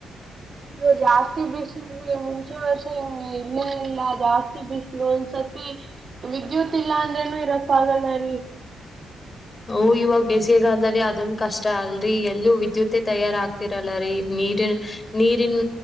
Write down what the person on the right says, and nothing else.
ನೀದು ಜಾಸ್ತಿ ಬಿಸಲ್ರಿ ಮುಂಚೆ ವರ್ಷ ಇಲ್ಲೇ ಇಲ್ಲ ಜಾಸ್ತಿ ಬಿಸಲು ಒಂದ್ಸತಿ ವಿದ್ಯುತ್ ಇಲ್ಲ ಅಂದ್ರೇನು ಇರಕ್ಕ ಆಗಲ್ಲರೀ